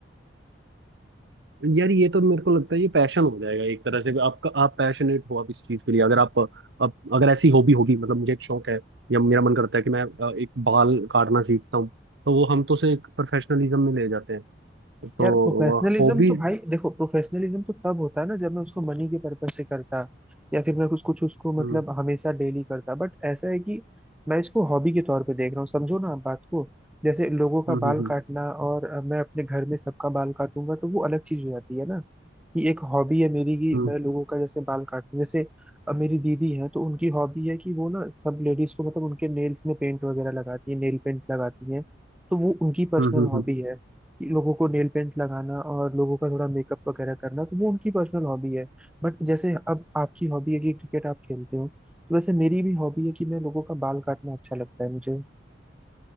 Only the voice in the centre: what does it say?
यार प्रोफेशनलिज्म
तो भाई देखो प्रोफेशनलिज्म तो तब होता है ना जब मैं उसको मनी के पर्पज से करता या फिर मैं कुछ कुछ उसको मतलब
हमेशा डेली करता बट ऐसा है कि मैं इसको हॉबी के तौर पे देख रहा हूँ समझो ना आप बात को जैसे लोगों का
बाल
काटना और अ, मैं अपने घर में सबका बाल काटूंगा तो वो अलग चीज हो जाती है ना कि एक हॉबी है मेरी कि
मैं लोगों का जैसे बाल काटूं जैसे अ, मेरी दीदी है तो उनकी हॉबी है कि वो ना सब लेडीज को मतलब उनके नेल्स में पेंट वगैरह लगाती है नेल पेंट लगाती है तो वो उनकी पर्सनल
हॉबी
है कि लोगों को नेल पेंट लगाना और लोगों का थोड़ा मेकअप वगैरह करना तो वो उनकी पर्सनल हॉबी है बट जैसे अब आपकी हॉबी है कि क्रिकेट आप खेलते हो तो वैसे मेरी भी हॉबी है कि मैं लोगों का बाल काटना अच्छा लगता है मुझे